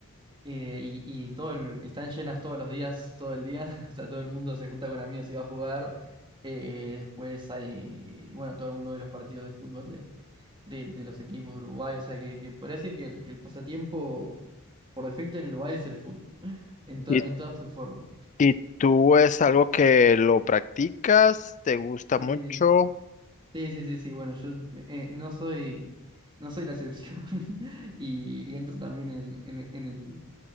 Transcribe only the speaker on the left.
¿Y,
y tú es algo que lo practicas? ¿Te gusta
mucho?